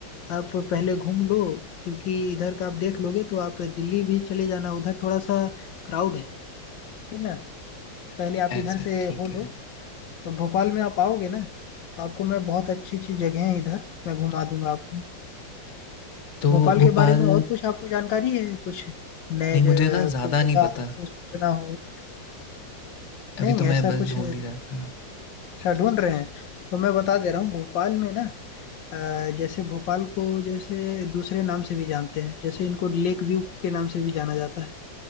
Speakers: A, on the left; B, on the left.
A: आप पहले घूम लो क्योंकि इधर का आप देख लोगे तो आप दिल्ली भी चले जाना उधर थोड़ा सा क्राउड है ठीक ना पहले आप
B: ऐसा
A: इधर से
B: ठीक
A: हो लो
B: है
A: तो भोपाल में आप आओगे ना तो आपको मैं बहुत अच्छी अच्छी जगह है इधर मैं घुमा दूंगा आपको
B: तो
A: भोपाल के
B: भोपाल
A: बारे में और कुछ आपको जानकारी है कुछ नए
B: नहीं
A: ज-
B: मुझे ना ज़्यादा
A: कोई जगह
B: नहीं
A: आपको
B: पता
A: सोचना हो नहीं
B: अभी तो मैं
A: ऐसा
B: बस
A: कुछ
B: ढूंढ
A: अच्छा
B: ही रहा था
A: ढूंढ रहे हैं तो मैं बता दे रहा हूँ भोपाल में ना अ, जैसे भोपाल को जैसे दूसरे नाम से भी जानते हैं जैसे इनको लेक व्यू के नाम से भी जाना जाता है